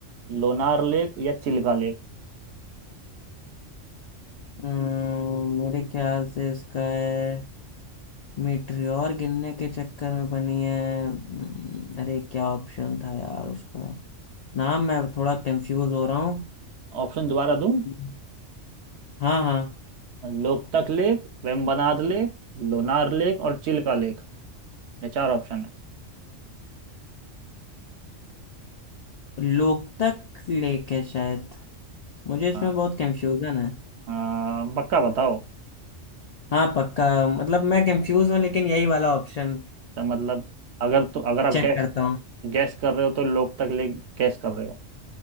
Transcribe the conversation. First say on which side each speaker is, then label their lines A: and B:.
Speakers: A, on the right; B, on the left.
A: Lonar lake या चिल्का लेक
B: अम्म, मेरे ख्याल से इसका है मीटरियोर गिरने के चक्कर में बनी है हम्म, अरे क्या ऑप्शन था यार उसका नाम मैं थोड़ा कंफ्यूज हो रहा हूँ
A: ऑप्शन दोबारा दूं
B: हम्म। हाँ हाँ
A: Loktak lake Vembanad lake Lonar lake और चिल्का लेक ये चार ऑप्शन है
B: लोकतक लेक है शायद मुझे इसमें
A: हाँ
B: बहुत कंफ्यूजन है
A: हाँ, पक्का बताओ
B: हाँ पक्का मतलब मैं कंफ्यूज हूँ लेकिन यही वाला ऑप्शन
A: तो मतलब अगर तो अगर आप
B: चेक करता हूँ
A: गैस कर रहे हो तो लोग तक लेक गैस कर रहे हो